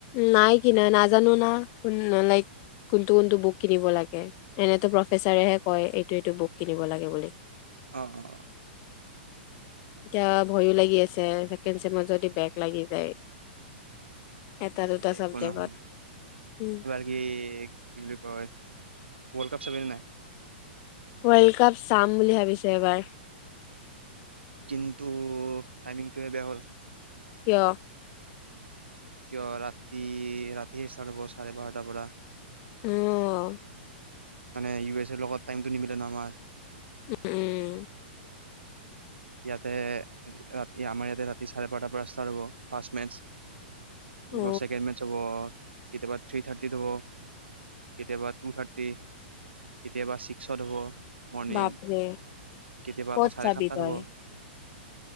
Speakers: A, on the left; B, on the right.
A: নাই কিনা নাজানো না ক লাইক কোনটো কোনটো বুক কিনিব লাগে এনেতে প্ৰফেচাৰেহে কয় এইটো এইটো বুক কিনিব লাগে বুলি।
B: অ অ
A: এতিয়া ভয়ো লাগি আছে ছেকেণ্ড চেমত যদি বেগ লাগি যায়। এটা দুটা
B: একো
A: চাবজেক্টত
B: নহয়
A: উম,
B: এবাৰ কি কি বুলি কয় ৱল্ড কাপ। জাবিনে নাই।
A: ৱৰ্ল্ড কাপ চাম বুলি ভাবিছে এবাৰ।
B: কিন্তু টাইমিংটোহে বেয়া হ'ল।
A: কিয়।
B: কিয় ৰাতি ৰাতি চাৰে বাৰতাৰ পৰা।
A: উম
B: মানে ইউ এছ এৰ লগত টাইমটো নিমিলে ন আমাৰ।
A: উম
B: ইয়াতে ৰাতি আমাৰ ইয়াতে ৰাতি চাৰে বাৰটাৰ পৰা ষ্টাৰ্ট হব ফাৰ্ষ্ট মেচ।
A: অ
B: গ চেকেণ্ড মেচ হাব অ। কেতিয়াবা থ্ৰী থাৰ্টিত হ'ব কেতিয়াবা টু থাৰ্টি কেতিয়াবা ছিক্সত হ'ব। মৰ্ণিং
A: বাপৰে
B: কেতিয়াবা
A: ক'ত
B: আকৌ চাৰে
A: চাবি
B: সাতটাত
A: তই
B: হ'ব।